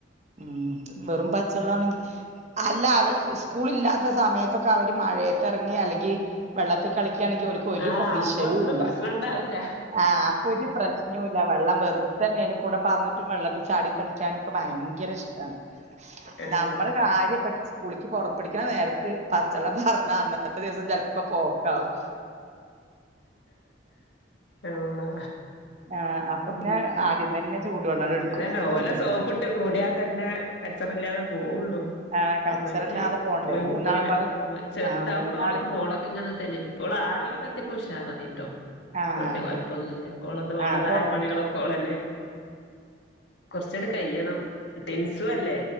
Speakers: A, on the right; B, on the left.
A: ഉം വെറും പച്ചെള്ളാണെങ്കി അല്ല അവ സ്കൂള്ല്ലാത്ത ത്തെ സമയത്തൊക്കെ അവര് മഴയെത്തെറങ്ങി അല്ലെങ്കി വെള്ളത്തി കളിക്കാണെങ്കി ഓലിക്ക് ക്ക് ഒരു
B: ആഹ്
A: കൊ വിഷയോല്ല
B: അപ്പൊന്നും പ്രശ്നം ഉണ്ടാവൂല
A: ആഹ് അപ്പൊ ഒരു പ്രശ്നോല്ലാ വെള്ളം വെറുതെ മേല് കൂടെ പാർന്നിട്ടും വെള്ളത്തി ചാടി കളിക്കാനൊക്കെ ഭയങ്കര ഇഷ്ട്ടാണ്
B: ആഹ്
A: നമ്മള് കാര്യം ടിച്ച് സ്കൂളിക്ക് പൊറപ്പെടിക്കണ നേരത്ത് പച്ചെള്ളം പാർന്നാ അന്നത്തെ ദിവസം ചെലപ്പോ പോ ക്കാവും
B: എള്ളാ
A: ആഹ് അപ്പൊ
B: ഉം
A: പിന്നെ
B: ഉം
A: ആദ്യം തന്നെ ചൂടുവെള്ളം എടുക്കും
B: അതന്നെ
A: കുളിപ്പിക്കാൻ
B: ഓലെ സോപ്പി ട്ട് കൂടിയാതെന്നെ കച്ചറല്ലാതെ പോവുള്ളൂ
A: ആഹ് കച്ചറല്ലാതെ
B: മറ്റ്
A: പോണ്ടേ
B: പോയി
A: മൂന്നാളുംപാടെ
B: കിട്ടൂലാ വ് ചെറുതാവമ്പളാ
A: ആഹ് മൂന്നാള്
B: ഓളെ മോളാ ഇങ്ങനെ തന്നെയേന്നി ഇപ്പോള് ആറിലൊക്കെ എത്തിപ്പോ ഉഷാറായിട്ടോ
A: ആഹ്
B: ഇപ്പൊ വെല്യ കൊഴപ്പൊന്നുല്ലാ ഓളത് ഓളെതായ
A: ആഹ് കൊറ
B: പണികളൊക്കെ ഓളന്നെ കൊറച്ചാട് കയ്യണം ടിൻസു അല്ലേ